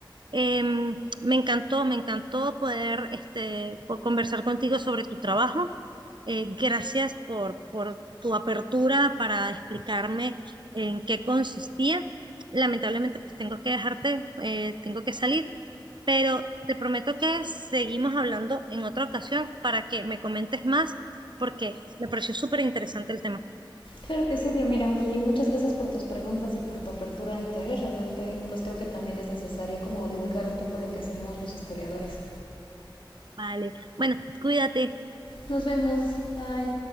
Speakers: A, on the right (about 65°); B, on the left (about 80°).
A: Em, me encantó, me encantó poder este, co- conversar contigo sobre tu trabajo. Eh, gracias por, por tu apertura para explicarme en qué consistía. Lamentablemente, pues tengo que dejarte, eh, tengo que salir, pero te prometo que seguimos hablando en otra ocasión para que me comentes más, porque me pareció súper interesante el tema.
B: Claro que sí, Dios, mira, y muchas gracias por tus preguntas y por tu apertura de interés. Realmente, pues creo que también es necesario como divulgar un poco lo que hacemos los historiadores.
A: Vale, bueno, cuídate.
B: Nos vemos, bye.